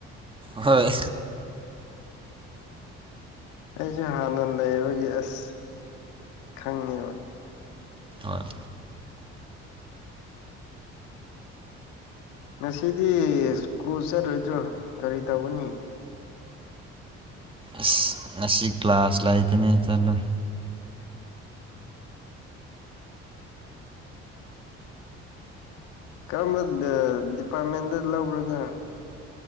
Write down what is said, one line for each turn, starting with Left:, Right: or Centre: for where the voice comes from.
Right: ꯍꯣꯏ
Left: ꯑꯩꯁꯨ ꯍꯥꯟꯅ ꯂꯩꯕꯒꯤ ꯑꯁ ꯈꯪꯉꯦꯕ
Right: ꯑꯣꯏ
Left: ꯉꯁꯤꯗꯤ ꯁ꯭ꯀꯨꯜ ꯆꯠꯂꯣꯏꯗ꯭ꯔꯣ ꯀꯔꯤ ꯇꯧꯒꯅꯤ
Right: ꯑꯁ ꯉꯁꯤ ꯀ꯭ꯂꯥꯁ ꯂꯩꯇꯅꯦ ꯆꯠꯂꯨ
Left: ꯀꯔꯝꯕ ꯗꯤꯄꯥꯔꯠꯃꯦꯟꯗ ꯂꯧꯕ꯭ꯔꯣꯅ